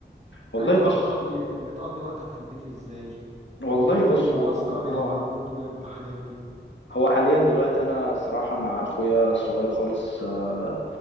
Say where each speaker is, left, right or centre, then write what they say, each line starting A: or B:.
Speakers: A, on the left; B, on the right.
A: والله
B: يعني انت بقى
A: بص
B: بتقضي بتقضي وقتك في البيت ازاي
A: والله
B: بحكم
A: بص
B: المعسكر
A: هو اه
B: اللي موجود والامتحانات دي
A: هو حاليا دلوقتي انا الصراحة مع اخويا الصغير خالص آه،